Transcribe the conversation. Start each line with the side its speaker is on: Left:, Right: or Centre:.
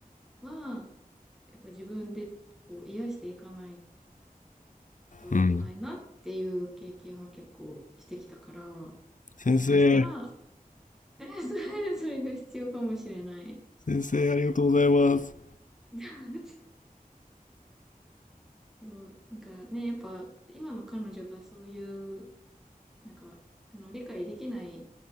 Centre: は、やっぱ自分でこう癒していかないといけないなっていう経験は結構してきたから、
Left: うん先生
Centre: もしかしたら、<laughs> それ、それが必要かもしれない。
Left: 先生ありがとうございます
Centre: <laughs> うん、なんかね、やっぱ今の彼女がそういう、なんか、あの、理解できない